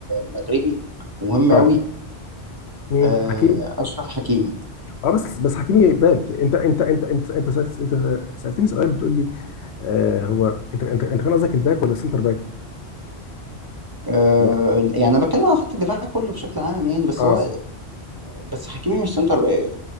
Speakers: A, on the right; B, on the left.
A: مغربي ومهم
B: اه
A: قوي
B: مين
A: آه،
B: حكيمي
A: اشرف حكيمي
B: اه بس بس حكيمي باك انت انت انت انت انت سألت انت سألتني سؤال بتقول لي آه هو انت انت انت كان قصدك الباك ولا السنتر باك؟
A: آه،
B: لا
A: يعني انا بتكلم على خط الدفاع كله بشكل عام يعني بس
B: اه
A: هو بس حكيمي مش سنتر آه،